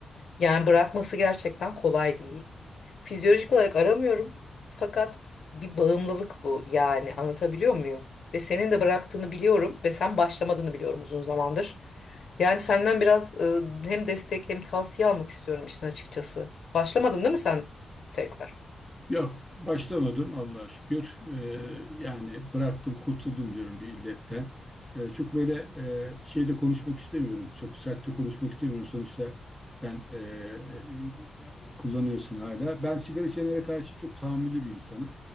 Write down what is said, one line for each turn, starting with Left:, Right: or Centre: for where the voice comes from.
Left: Yani bırakması gerçekten kolay değil. Fizyolojik olarak aramıyorum. Fakat bir bağımlılık bu yani anlatabiliyor muyum? Ve senin de bıraktığını biliyorum ve sen başlamadığını biliyorum uzun zamandır. Yani senden biraz e, hem destek hem tavsiye almak istiyorum işin açıkçası. Başlamadın değil mi sen tekrar?
Centre: Yok, başlamadım Allah'a şükür. Ee, yani bıraktım, kurtuldum diyorum bir illetten. Ee, çok böyle e, şeyde konuşmak istemiyorum. Çok sert de konuşmak istemiyorum. Sonuçta sen e, e, kullanıyorsun hala. Ben sigara içenlere karşı çok tahammüllü bir insanım.